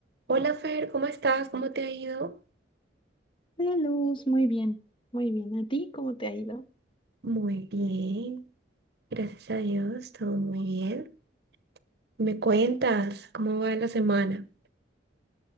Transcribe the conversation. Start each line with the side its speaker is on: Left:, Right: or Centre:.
Right: Hola Fer, ¿cómo estás? ¿Cómo te ha ido?
Left: Hola Luz, muy bien, muy bien. ¿A ti cómo te ha ido?
Right: Muy bien, gracias a Dios, todo muy bien. ¿Me cuentas cómo va la semana?